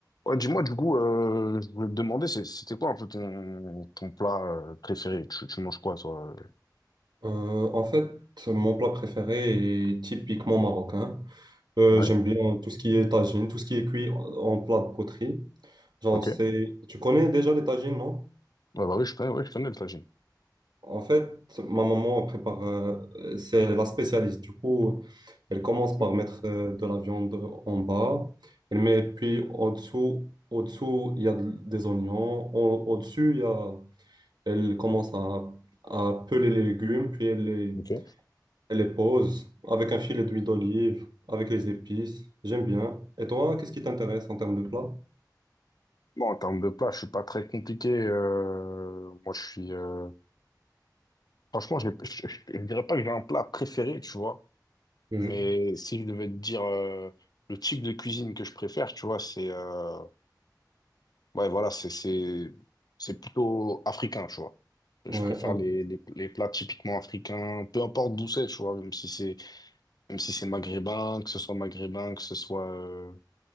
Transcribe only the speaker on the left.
Ouais, dis-moi, du coup, euh, je voulais te demander, c'est- c'était quoi un peu ton, ton plat euh, préféré? Tu, tu manges quoi, toi?
Ouais,
ok.
Ouais,
bah oui, je connais, ouais, je connais le tagine.
<laughs>
Ok.
Bon, en termes de plat, je suis pas très compliqué. euh, moi, je suis. euh, Franchement, j'ai- <laughs> je, je- je dirais pas que j'ai un plat préféré, tu vois.
Mais si je devais te dire euh, le type de cuisine que je préfère, tu vois, c'est. euh, Ouais, voilà, c'est, c'est, c'est plutôt africain, tu vois. Je
préfère
les, les, les plats typiquement africains, peu importe d'où c'est, tu vois, même si c'est, même si c'est maghrébin, que ce soit maghrébin, que ce soit, euh,